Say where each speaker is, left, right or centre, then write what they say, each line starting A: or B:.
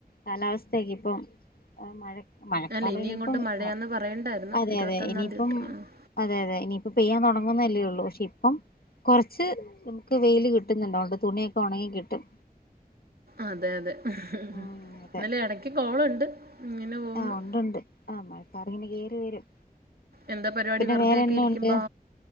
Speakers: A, on the left; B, on the right.
A: കാലാവസ്ഥയൊക്കെപ്പം മഴ മഴക്കാലനിയിപ്പം
B: അല്ല ഇനി ഇങ്ങോട്ട് മഴയാന്ന്
A: വ
B: പറയണ്ടായിരുന്നു
A: അതെ
B: ഇരുപത്തൊന്നാം
A: അതെ ഇനിയിപ്പം
B: തീയതി തൊട്ട് ഉം.
A: അതെ അതെ ഇനിയിപ്പ പെയ്യാൻ തുടങ്ങുന്നല്ലേള്ളൂ പക്ഷെ ഇ പ്പം കൊറച്ച് നമുക്ക് വെയില് കിട്ടുന്നുണ്ട് അതോണ്ട് തുണിയൊക്കെ ഉണങ്ങി കിട്ടും
B: അതെ അതെ ഉഹും
A: ഉം അതെ
B: ഇന്നാലെടക്ക് കോളുണ്ട് ഇങ്ങനെ പോകുന്നു.
A: ആഹ് ഉണ്ടുണ്ട് ആ മഴക്കാറിങ്ങനെ കേറി വരും
B: എന്താ പരിപാടി
A: പിന്നെ
B: വെറുതെയൊക്കെ
A: വേറെന്ന
B: ഇരിക്കുമ്പോ?
A: ഉണ്ട്